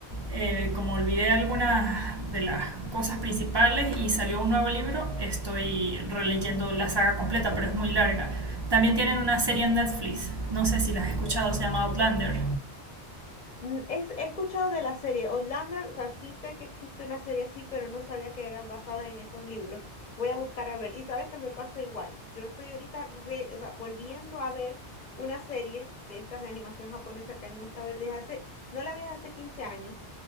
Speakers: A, on the right; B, on the left.
A: eh, como olvidé algunas de las cosas principales y salió un nuevo libro, estoy releyendo la saga completa, pero es muy larga. También tienen una serie en Netflix, no sé si las has escuchado, se llama Outlander.
B: Mm, es- he escuchado de la serie Outlander, o sea, sí sé que existe una serie así, pero no sabía que era basada en esos libros. Voy a buscar a ver. Y sabes que me pasa igual. Yo estoy ahorita re- o sea, volviendo a ver una serie de estas de animación japonesa que a mí me gusta ver desde hace, no la veía hace 15 años.